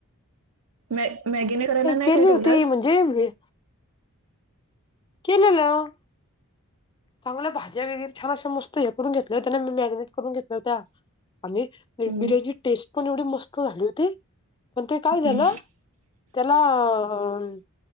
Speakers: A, on the right; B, on the left.
A: मॅ मॅगीने करायला नाही
B: केली
A: काय
B: होती
A: ठेवलंस?
B: म्हणजे केलेलं. चांगल्या भाज्या वगैरे छान अशा मस्त हे करून घेतल्या हो त्याने मी मॅरिनेट करून घेतल्या होत्या,, आणि
A: हम्म,
B: बिर्याणीची टेस्ट पण एवढी मस्त झाली होती,, पण ते काय
A: हम्म,
B: झालं, त्यात आपला,,